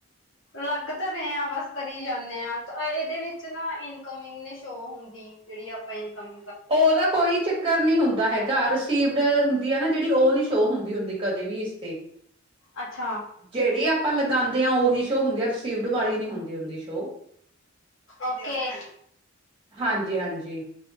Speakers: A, on the left; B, on the right.
A: ਲੱਗ ਤਾਂ ਰਹੇ ਹ ਬਸ ਕਰੀ ਜਾਂਦੇ ਆ, ਇਹਦੇ ਵਿੱਚ ਨਾ ਇਨਕਮ ਨਈ ਸ਼ੋਅ ਹੁੰਦੀ। ਜਿਹੜੀ, ਆਪਾਂ ਇਨਕਮ
B: ਉਹਦਾ, ਕੋਈ ਚੱਕਰ ਨਹੀਂੀ ਹੁੰਦਾ ਹੈਗਾ, ਰਸੀਵਡ ਹੁੰਦੀ ਹੈ ਨਾ ਜਿਹੜੀ, ਉਹ ਨਈ ਸ਼ੋ ਹੁੰਦੀ-ਹੁੰਦੀ ਕਦੇ ਵੀ ਇਸ ਤੇ
A: ਅੱਛਾ
B: ਜਿਹੜੀ ਆਪਾਂ ਲਗਾਉਂਦੇ ਹਾਂ, ਉਹੀ ਸ਼ੋਅ ਹੁੰਦੀ ਆ, ਰਸੀਵਡ ਵਾਲੀ ਨੀ ਹੁੰਦੀ। ਹੁੰਦੀ ਸ਼ੋਅ।
A: ਓਕੇ। <inaudible>
B: ਹਾਂਜੀ-ਹਾਂਜੀ।